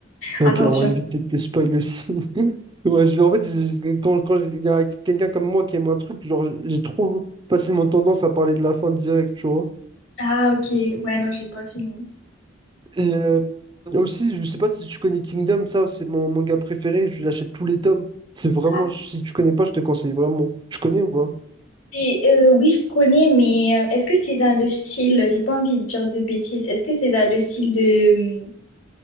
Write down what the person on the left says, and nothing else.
Attention.
Ah, ok. Ouais, non, j'ai pas fini.
Ah,
c'est- euh, oui, je connais, mais euh, est-ce que c'est dans le style, j'ai pas envie de dire de bêtises, est-ce que c'est dans le style de hum,